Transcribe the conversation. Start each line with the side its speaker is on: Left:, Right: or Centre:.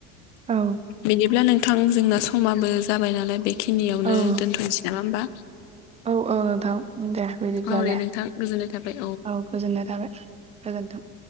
Right: औ
Left: बिदिब्ला नोंथां जोंना समाबो जाबाय नालाय बे खिनियावनो
Right: औ
Left: दोनथ'नोसै नामा होमबा!
Right: औ औ नोंथां दे बिदिब्लालाय।
Left: औ दे नोंथां गोजोननाय थाबाय
Right: औ गोजोननाय थाबाय। गोजोनथों